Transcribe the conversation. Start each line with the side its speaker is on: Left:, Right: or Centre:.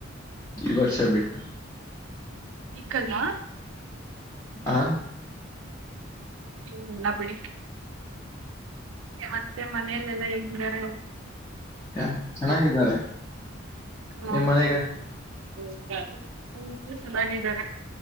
Left: ಈ ವರ್ಷ ಬಿಟ್ಟು.
Right: ಈ ಕಲ್ಲ.
Left: ಹಾ
Right: ಹ್ಮಲ್ಲ ಬಿಡಿ ಮತ್ತೆ ಮನೇಲೆಲ್ಲ ಹೇಗಾರ..
Left: ಯ ಚೆನ್ನಾಗಿದ್ದಾರೆ
Right: ಹಾ.
Left: ನಿಮ್ ಮನೆಗೆ
Right: ಹೌದಾ ಚೆನ್ನಾಗಿದ್ದಾರೆ.